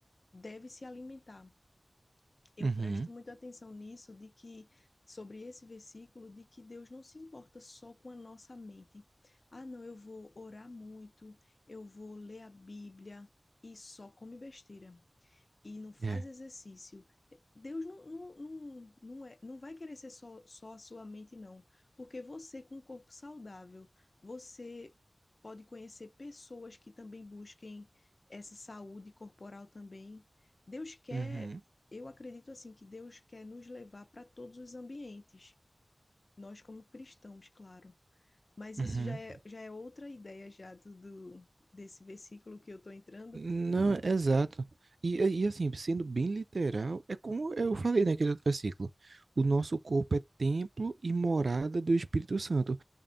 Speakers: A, on the left; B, on the right.
A: deve se alimentar. Eu
B: Uhum.
A: presto muita atenção nisso, de que sobre esse versículo, de que Deus não se importa só com a nossa mente. Ah, não, eu vou orar muito, eu vou ler a Bíblia e só come besteira e não faz
B: É.
A: exercício, Deus não, não, não, não, é, não vai querer ser só, só a sua mente, não. Porque você, com um corpo saudável, você pode conhecer pessoas que também busquem essa saúde corporal também. Deus quer,
B: Uhum.
A: eu acredito assim, que Deus quer nos levar para todos os ambientes, nós como cristãos, claro. Mas
B: Uhum.
A: isso já é, já é outra ideia já do, do desse versículo que eu estou entrando.
B: Não, exato. E, e assim, sendo bem literal, é como eu falei naquele outro versículo. O nosso corpo é templo e morada do Espírito Santo